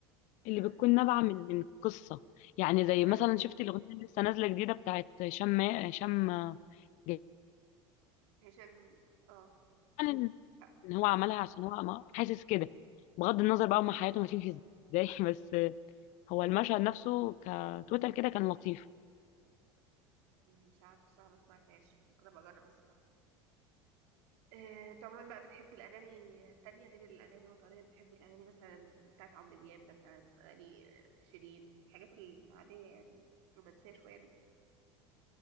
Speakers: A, on the left; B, on the right.
A: اللي
B: امم
A: بتكون نابعة من من قصة يعني زي مثلا
B: ايوه
A: شفت الأغنية اللي لسه نازلة جديدة بتاعت شم شم جاي-
B: هشام اه
A: يعني
B: مش عارف
A: إن هو عملها عشان هو ما- حاسس كده بغض النظر بقى هما حياتهم هتمشي ازاي <laughs> بس هو المشهد نفسه كتوتال كده كان لطيف
B: مش عارف الصراحه ما سمعتهاش ممكن ابقى اجرب اسمع آه، انت عموما بقى بتحبي الأغاني التانية غير الأغاني الوطنية بتحبي الأغاني مثلا بتاعت عمرو دياب مثلا أغاني آه، شيرين الحاجات العادية يعني الرومانسية شوية دي